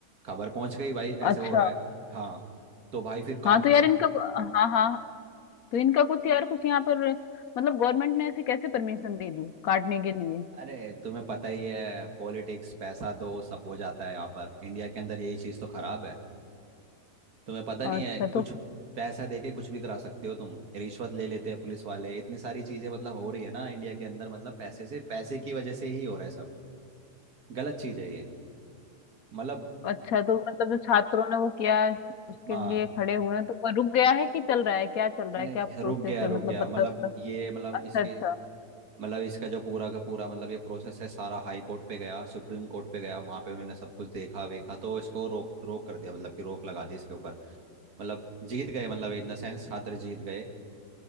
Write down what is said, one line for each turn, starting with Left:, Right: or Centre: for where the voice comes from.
Right: खबर पहुंच गई भाई ऐसे
Left: अच्छा
Right: हो रहा है हाँ तो भाई फिर काफी
Left: हाँ तो यार
Right: सा-
Left: इनका हाँ हाँ तो इनका कुछ यार कुछ यहाँ पर मतलब गवर्नमेंट ने ऐसे कैसे परमिशन दे दी काटने के लिए
Right: अरे तुम्हें पता ही है पॉलिटिक्स पैसा दो सब हो जाता है यहाँ पर इंडिया के अंदर यही चीज़ तो खराब है तुम्हें पता नहीं
Left: अच्छा
Right: है कुछ
Left: तो
Right: पैसा देके कुछ भी करा सकते हो तुम रिश्वत ले लेते हैं पुलिस वाले इतनी सारी चीजें मतलब हो रही है ना इंडिया के अंदर मतलब पैसे से पैसे की वजह से ही हो रहा है सब गलत चीज है ये मतलब
Left: अच्छा तो मतलब जो छात्रों ने वो किया उसके
Right: हाँ
Left: लिए खड़े हुए हैं तो वो रुक गया है कि चल रहा है क्या चल रहा
Right: नहीं
Left: है क्या प्रोसेस
Right: रुक गया
Left: है
Right: रुक
Left: मतलब
Right: गया
Left: पता
Right: मतलब
Left: पता-
Right: ये मतलब
Left: अच्छा
Right: इसके
Left: अच्छा
Right: मतलब इसका जो पूरा का पूरा मतलब ये प्रोसेस है सारा हाई कोर्ट पे गया सुप्रीम कोर्ट पे गया वहां पे उन्होंने सब कुछ देखा वेखा तो इसको रोक रोक कर दिया मतलब कि रोक लगा दी इसके ऊपर मतलब जीत गए मतलब इन द सेंस छात्र जीत गए